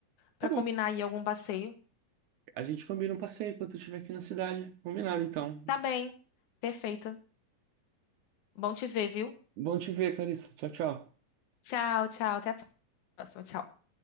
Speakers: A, on the left; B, on the right.
A: pra
B: Tá bom,
A: combinar aí algum passeio.
B: a gente combina um passeio quando tu estiver aqui na cidade. Combinado, então.
A: Tá bem. Perfeito. Bom te ver, viu?
B: Bom te ver, Clarissa. Tchau, tchau.
A: Tchau, tchau. Até a próxima. Tchau.